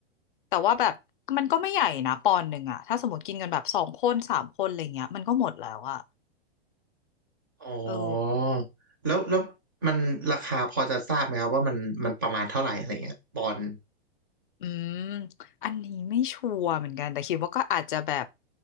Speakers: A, on the left; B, on the right.
A: แต่ว่าแบบมันก็ไม่ใหญ่นะปอนด์หนึ่งอ่ะถ้าสมมติกินกันแบบสองคนสามคนอะไรเงี้ยมันก็หมดแล้วอ่ะ
B: อ๋อ
A: เออ
B: แล้วแล้วมันราคาพอจะทราบไหมครับว่ามันมันประมาณเท่าไหร่อะไรเงี้ยปอนด์
A: อืมอันนี้ไม่ชัวร์เหมือนกันแต่คิดว่าก็อาจจะแบบ